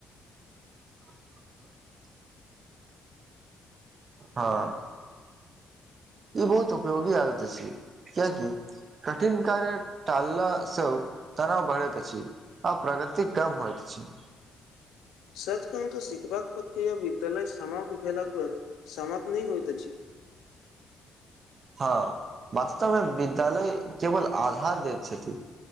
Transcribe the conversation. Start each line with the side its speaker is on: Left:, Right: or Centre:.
Right: <unintelligible> हँ ई बहुत उपयोगी आदत छै। किया कठिन कार्य तालला स तनाव बढ़ैत अछि तति <inaudible> कम हो छै।
Left: सच कहूं तऽ शखबाक विद्यालय समाप्त भेलला पर समााप्त नहि होइत अछि <inaudible>
Right: हँ वास्तवमे विद्यालय केवल आधार दैत छथिन